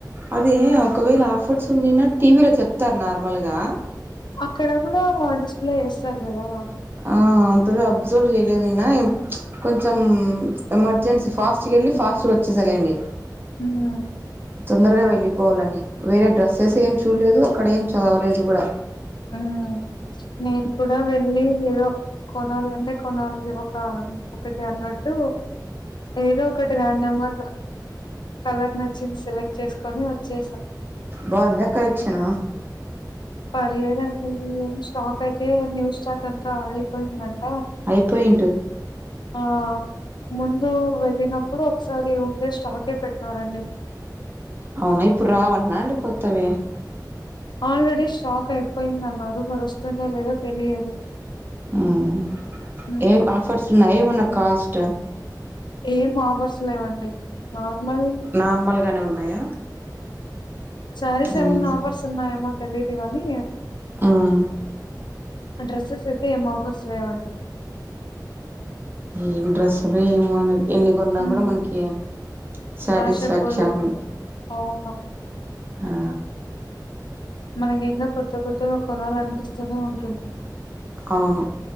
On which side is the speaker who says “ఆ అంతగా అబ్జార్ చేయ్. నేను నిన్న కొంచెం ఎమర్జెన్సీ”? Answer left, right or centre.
Right